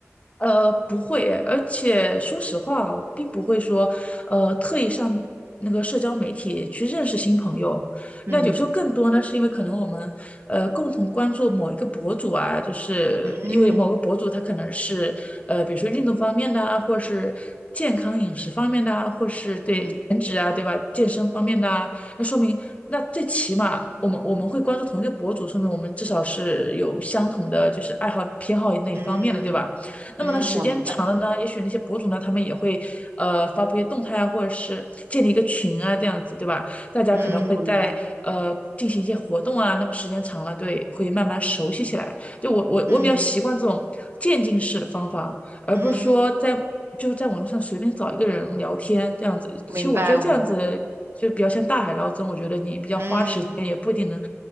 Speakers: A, on the left; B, on the right.
A: 呃，不会诶而且说实话，我并不会说，呃，特意上那个社交媒体去认识新朋友。
B: 嗯
A: 那有时候更多呢，是因为可能我们呃共同关注某一个博主啊，就是因为某个博主他可能是呃，
B: 嗯。
A: 比如说运动方面的啊，或是健康饮食方面的啊，或是对减脂啊，
B: 嗯，
A: 对吧？健身方面的啊，那说明那最起码我们我们会关注同一个博主，说明我们至少是有相同的就是爱好偏好那一方面的，
B: 嗯
A: 对吧？那么呢，
B: 嗯，
A: 时间长了呢，
B: 我明白，
A: 也许那些博主呢，他们也会呃发布一些动态啊，或者是建立一个群啊，这样子，对吧？大家可能会在呃进行一些活动啊，
B: 嗯，我明白，
A: 那么时间长了，对，会慢慢熟悉起来。就我我我比较习惯这种渐进式的方法，
B: 嗯
A: 而不是说在就是在网络上随便找一个人聊天这样子。
B: 嗯，明白，
A: 其实我觉得这样子就比较像大海捞针，
B: 我明白，
A: 我觉得你比较花时间，
B: 嗯。
A: 也不一定能